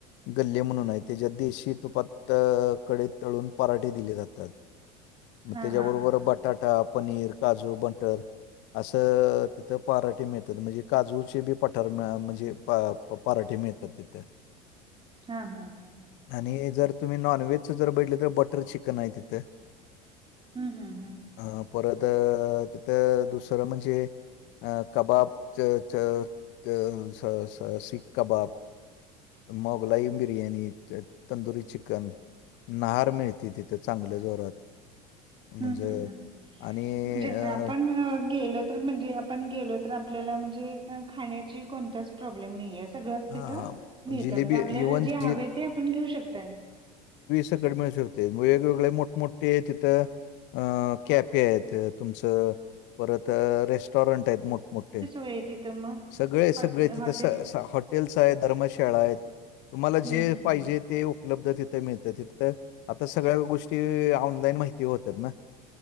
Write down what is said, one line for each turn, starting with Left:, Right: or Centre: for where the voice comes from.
Left: गल्ले म्हणून आहे त्याच्यात देशी तुपात कडईत तळून पराठे दिले जातात. मग
Right: हा
Left: त्याच्याबरोबर
Right: हा हा हा
Left: बटाटा, पनीर, काजू, बटर. असं तिथं पाराठे मिळतात म्हणजे काजूचे बी पठार म्हणजे प प पराठे मिळतात तिथं.
Right: हा. हा हा
Left: आणि जर तुम्ही नॉनव्हेजचं जर बघितलं तर बटर चिकन आहे तिथं.
Right: हम्म हम्म हम्म.
Left: अ परत त दुसरं म्हणजे अ कबाब च च ते स स सिक कबाब. मोगलाईन बिर्याणी त तंदुरी चिकन. नाहार मिळती तिथं चांगलं जोरात. म्हणजे
Right: हम्म हम्म हम्म
Left: आणि
Right: म्हणजे
Left: अ
Right: आपण गेलो तर म्हणजे आपण गेलो तर आपल्याला म्हणजे खाण्याची कोणताच प्रॉब्लेम नाही आहे सगळच
Left: हा
Right: तिथं
Left: हा
Right: मिळत
Left: जिलेबी
Right: म्हणजे आपल्याला
Left: इवन
Right: जे हवे
Left: जि
Right: आहे ते आपण घेऊ शकताय.
Left: तिकट मिळू शकते वेगवेगळे मोठमोठे तिथं अ कॅफे आहेत. तुमचं परत रेस्टॉरंट आहेत मोठमोठे.
Right: वेळ तिथे मग.
Left: सगळे सगळे
Right: हॉटे
Left: तिथं
Right: हॉटेल्स
Left: हॉटेल्स आहेत धर्मशाळा आहेत तुम्हाला
Right: हं
Left: जे
Right: हं.
Left: पाहिजे ते उपलब्ध तिथे मिळतं तिथं आता सगळ्या गोष्टी ऑनलाईन माहिती होतात ना.